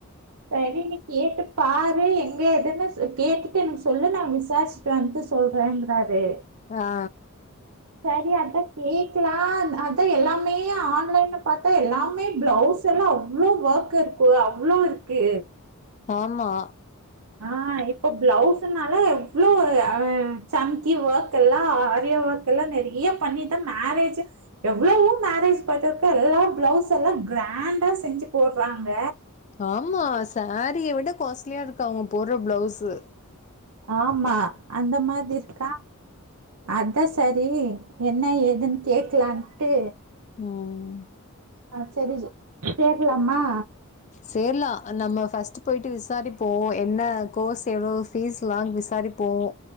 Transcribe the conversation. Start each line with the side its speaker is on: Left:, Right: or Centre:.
Right: செரி நீ கேட்டு பாரு எங்க எதுன்னு சொ கேட்டுட்டு எனக் சொல்லு நா விசாரிச்சுட்டு வந்து சொல்றேங்கறாரு
Left: ஆ
Right: சரி அத வீட்டுலா அத்து எல்லாமே ஆன்லைன்ல பாத்து எல்லாமே ப்பளவுஸ் எல்லா அவ்ளோ வோர்க்கு இருக்கு அவ்ளோ இர் க்கு
Left: தமா
Right: ஆஹ் இப்போ ப்பளவுஸ்னாலே இவ்ளோ ஹ ச்சம்கி வொர்க்லா ஆரிய வொர்க் எல்லா நெறிய பண்ணித்தா மேரேஜே எவ்வளவோ மேரேஜ் பாத்துக்க எல்லா ப்பளவுஸ் எல்லா கிராண்டா செஞ்சு போடறாங்க
Left: ஆமா சாரியவிட காஸ்லியா இருக்கு அவுங்க போடற ப்பளவுஸ்சு
Right: ஆமா அந்த மாதிருக்கா அத சரி என்ன ஏதுன் கேக்கலான்ட்டு
Left: ம்
Right: ஹ ஜரிச் சேர்லாமா
Left: சேர்லா நாம ஃஸ்ட் போய்ட்டு விசாரிப் போம் என்ன கோஸ் எவ்ளோ ஃபீஸ் லாம் விசாரிப்போம்